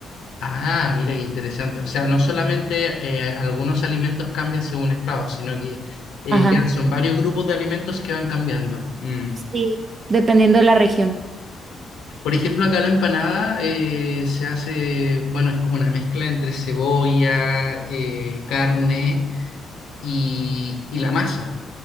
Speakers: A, on the left; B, on the right.
A: Ah, mira, qué interesante. O sea, no solamente eh, algunos alimentos cambian según estado, sino que eh,
B: Ajá,
A: ya son varios grupos de alimentos que van cambiando. Mm.
B: sí, dependiendo de la región.
A: Por ejemplo, acá la empanada eh, se hace, bueno, es como una mezcla entre cebolla, eh, carne y, y la masa.